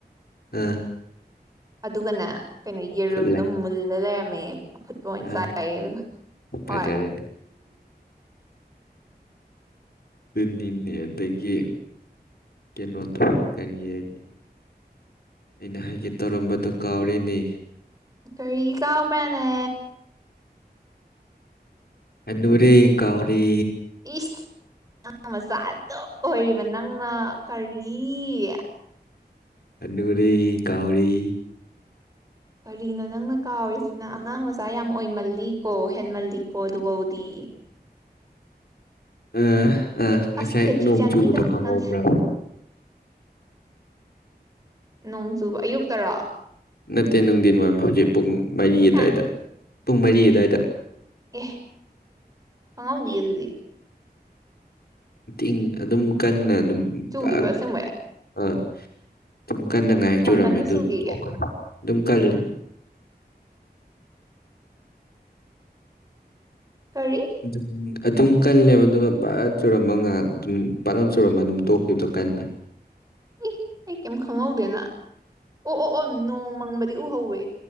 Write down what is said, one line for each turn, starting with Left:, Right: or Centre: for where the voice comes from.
Left: ꯑ
Right: ꯑꯗꯨꯒꯅꯦ ꯀꯩꯅꯣ ꯌꯦꯔꯨꯝꯗꯣ
Left: ꯐꯨꯠꯂꯦ
Right: ꯃꯨꯜꯂ ꯂꯩꯔꯝꯃꯦ ꯑꯐꯨꯠꯄ ꯑꯣꯏꯅ ꯆꯥꯏꯥꯏꯌꯦ
Left: ꯑ
Right: ꯑꯗꯨꯒ
Left: ꯐꯖꯔꯦꯅꯦ
Right: ꯍꯣꯏ
Left: ꯅꯤꯅꯤꯦ ꯑꯗꯒꯤ ꯀꯩꯅꯣꯗ ꯀꯔꯤꯌꯦꯒꯦ ꯑꯩꯅ ꯍꯥꯏꯒꯦ ꯇꯧꯔꯝꯕꯗꯨ ꯀꯥꯎꯔꯤꯅꯤ
Right: ꯀꯔꯤ ꯀꯥꯎꯕ꯭ꯔꯅꯦ
Left: ꯟꯅꯨꯔꯤ ꯀꯥꯎꯔꯤ
Right: ꯏꯁ ꯅ ꯃꯆꯥꯇ ꯑꯣꯏꯔꯤꯕ ꯅꯪꯅ ꯀꯔꯤꯦ
Left: ꯀꯅꯒꯔꯤ ꯀꯥꯎꯔꯤ
Right: ꯀꯔꯤꯅꯣ ꯅꯪꯅ ꯀꯥꯎꯔꯤꯁꯤꯅ ꯑꯉꯥꯡ ꯃꯆꯥ ꯌꯥꯝ ꯑꯣꯏꯃꯜꯂꯤꯀꯣ ꯍꯦꯟꯃꯜꯂꯤꯀꯣ ꯑꯗꯨꯐꯧꯗꯤ ꯎ
Left: ꯑ ꯑꯥ ꯉꯁꯥꯏ
Right: ꯑꯁ ꯈꯦꯆꯤ
Left: ꯅꯣꯡ
Right: ꯆꯥꯅꯤꯡꯉꯤꯗ
Left: ꯆꯨꯕꯗꯣ
Right: ꯍꯧꯖꯤꯛꯀꯥꯟꯁꯦ
Left: ꯈꯪꯍꯧꯕ꯭ꯔꯥ
Right: ꯅꯣꯡ ꯆꯨꯕ ꯑꯌꯨꯛꯇꯔꯣ
Left: ꯅꯠꯇꯦ ꯅꯨꯡꯊꯤꯟ ꯋꯥꯏꯝ ꯍꯧꯖꯤꯛ ꯄꯨꯡ ꯃꯔꯤꯒꯤ
Right: ꯍꯥ
Left: ꯇꯥꯏꯗ ꯄꯨꯡ ꯃꯔꯤ ꯑꯗꯨꯋꯥꯏꯗ
Right: ꯑꯦ ꯈꯉꯕꯨꯗꯤꯌꯦ ꯑꯗꯨꯗꯤ
Left: ꯤꯡ ꯑꯗꯨꯝ ꯀꯟꯅ ꯑꯗꯨꯝ
Right: ꯆꯨꯈꯤꯕ꯭ꯔꯣ
Left: ꯄ
Right: ꯑꯁꯦꯡꯕꯩ
Left: ꯑ ꯑꯗꯨꯝ ꯀꯟꯅꯗ ꯉꯥꯏꯍꯦꯛ
Right: ꯀꯌꯥꯝ
Left: ꯆꯨꯔꯝꯃꯦ
Right: ꯀꯟꯅ
Left: ꯑꯗꯨ
Right: ꯆꯨꯈꯤꯒꯦ
Left: ꯑꯗꯨꯝ ꯀꯜꯂꯦ
Right: ꯀꯔꯤ
Left: ꯑꯗꯨꯝ ꯑꯗꯨꯝ ꯀꯜꯂꯦꯕ ꯑꯗꯨꯒ ꯕꯠ ꯆꯨꯔꯃ ꯉꯥꯏꯍꯥꯛ ꯑꯗꯨꯝ ꯄꯠꯂꯝ ꯆꯨꯔꯝꯕ ꯑꯗꯨꯝ ꯇꯣꯛꯈꯤꯕꯗꯣ ꯀꯟꯅꯂꯦ
Right: ꯏ ꯑꯩ ꯀꯩꯝ ꯈꯪꯍꯧꯗꯦꯅ ꯑꯣ ꯑꯣ ꯑꯣ ꯅꯣꯡ ꯃꯪꯕꯗꯤ ꯎꯍꯧꯋꯦ